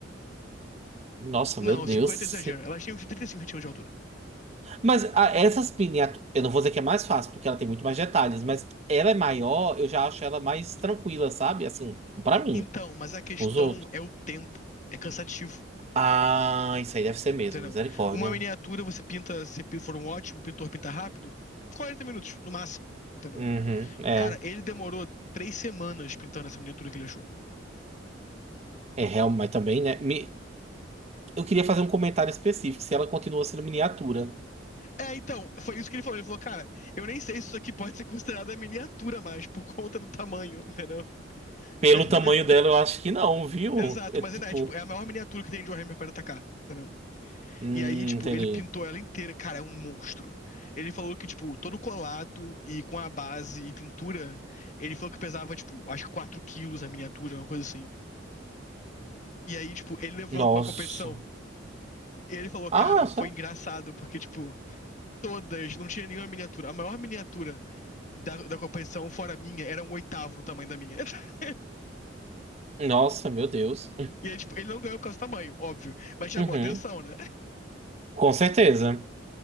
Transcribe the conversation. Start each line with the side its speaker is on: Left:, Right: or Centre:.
Right: nossa,
Left: Não,
Right: meu Deus.
Left: 50
Right: sim.
Left: é exagero. Ela tem uns 35 centímetros de altura.
Right: Mas a- essas miniaturas, eu não vou dizer que é mais fácil, porque ela tem muito mais detalhes, mas ela é maior, eu já acho ela mais tranquila, sabe? Assim, pra mim,
Left: Então, mas a questão
Right: os outros.
Left: é o tempo. É cansativo,
Right: Ah, isso aí deve ser mesmo,
Left: entendeu?
Right: misericórdia.
Left: Uma miniatura você pinta, se pi- for um ótimo pintor pinta rápido, 40 minutos, no máximo, entendeu?
Right: Uhum, é,
Left: Cara, ele demorou três semanas pintando essa miniatura que ele achou.
Right: é real, mas também, né? me- eu queria fazer um comentário específico, se ela continua sendo miniatura.
Left: É, então, foi isso que ele falou. Ele falou, cara, eu nem sei se isso aqui pode ser considerada miniatura mais, por conta do tamanho, entendeu?
Right: Pelo
Left: <laughs>
Right: tamanho dela, eu acho que não, viu?
Left: Exato,
Right: É
Left: mas
Right: tipo,
Left: ainda é, tipo, é a maior miniatura que tem de Warhammer 40k, entendeu?
Right: hum,
Left: E aí, tipo,
Right: entendi.
Left: ele pintou ela inteira. Cara, é um monstro. Ele falou que, tipo, todo colado e com a base e pintura, ele falou que pesava, tipo, acho que 4 quilos a miniatura, uma coisa assim. E aí, tipo, ele levou
Right: Nossa.
Left: ela pra uma competição. E ele falou, cara,
Right: Ah, só.
Left: foi engraçado, porque, tipo, todas, não tinha nenhuma miniatura. A maior miniatura da, da competição, fora a minha, era um oitavo do tamanho da minha. <laughs>
Right: Nossa, meu Deus.
Left: E aí, tipo, ele não ganhou por causa do tamanho, óbvio. Mas chamou
Right: Uhum.
Left: atenção, né?
Right: Com certeza.